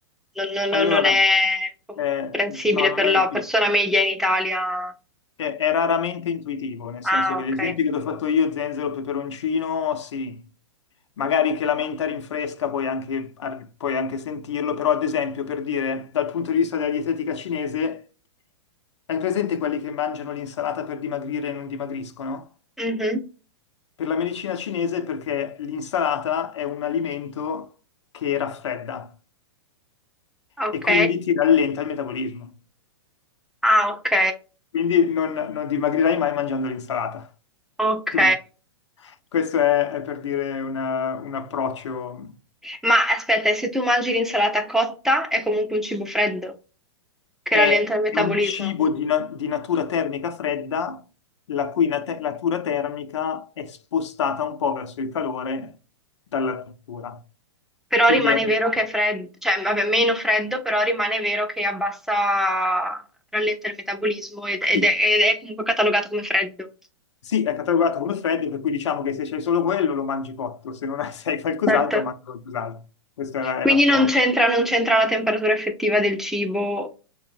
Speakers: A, in the centre; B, on the left.
A: non- non-
B: Allora,
A: non- non è comprensibile
B: eh, no, non
A: per
B: è
A: la
B: intuitivo,
A: persona media in Italia.
B: è, è raramente intuitivo, nel
A: Ah,
B: senso che
A: ok.
B: gli esempi che ti ho fatto io, zenzero, peperoncino, sì, magari che la menta rinfresca puoi anche, ar- puoi anche sentirlo, però ad esempio, per dire, dal punto di vista della dietetica cinese, hai presente quelli che mangiano l'insalata per dimagrire e non dimagriscono?
A: Mhm.
B: Per la medicina cinese perché l'insalata è un alimento che raffredda
A: Ok.
B: e quindi ti rallenta il metabolismo.
A: Ah, ok.
B: Quindi non, non dimagrirai mai mangiando l'insalata.
A: Ok.
B: Capito? Questo è, è per dire una- un approccio.
A: Ma aspetta, e se tu mangi l'insalata cotta è comunque un cibo freddo che
B: È
A: rallenta il metabolismo?
B: è un cibo di, na- di natura termica fredda, la cui nat- natura termica è spostata un po' verso il calore dalla cottura.
A: Però
B: Quindi
A: rimane
B: è meno.
A: vero che è freddo, cioè vabbè, meno freddo, però rimane vero che abbassa, rallenta il metabolismo ed, ed
B: Sì,
A: è, ed è comunque catalogato come freddo.
B: sì, è catalogato come freddo, per cui diciamo che se c'hai solo quello lo mangi cotto, se non <laughs> hai, se hai qualcos'altro
A: Certo.
B: mangi qualcos'altro. Questo è,
A: Quindi
B: è l'approccio.
A: non c'entra non c'entra la temperatura effettiva del cibo